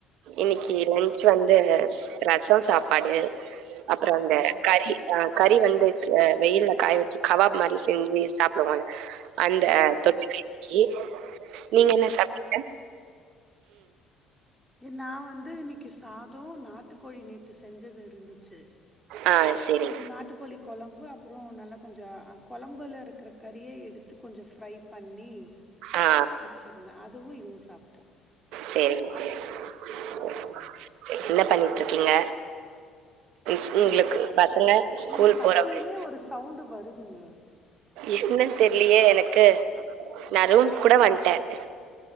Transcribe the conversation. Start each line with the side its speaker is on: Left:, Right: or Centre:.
Right: இன்னிக்கு லன்ச் வந்து ரசம் சாப் சாப்பாடு அப்புறம்
Centre: ரசம்
Right: அந்த
Centre: சாப்
Right: கறி ஆ கறி வந்து வெயில்ல காய வச்சு கபாப் மாதிரி செஞ்சு சாப்பிடுவோ அந்த
Centre: ஆ
Right: தொட்டுக்கு இன்னைக்கு நீங்க என்ன சாப்டிங்க
Centre: நான் வந்து இன்னிக் சாதோ நாட்டு கோழி நிக் இது செஞ்சது இருந்துச்சு
Right: ஆஹ் செரி
Centre: அது நாட்டுக்கோழி கொழம்பு அப்புறோ நல்லா கொஞ்சோ கொழம்புல இருக்கிற கறியே எடுத்து கொஞ்ச ஃப்ரை பண்ணி
Right: ஆ
Centre: வச்சிருந்தேன் அதுவும் இதுவும் சாப்பிட்
Right: சேரிங்க சேரிங் <unintelligible>
Centre: ம்
Right: என்ன பண்ணிட் டுருக்கீங்க ஸ்கூலுக்கு பசங்க ஸ்கூல்
Centre: எனக்கு
Right: போறாப்படியா
Centre: அப்பயுமே ஒரு சவுண்டு வருதுங்க
Right: என்னன்னு தெரிலையே எனக்கு நான் ரூமுக் கூட வந் ட்டேன்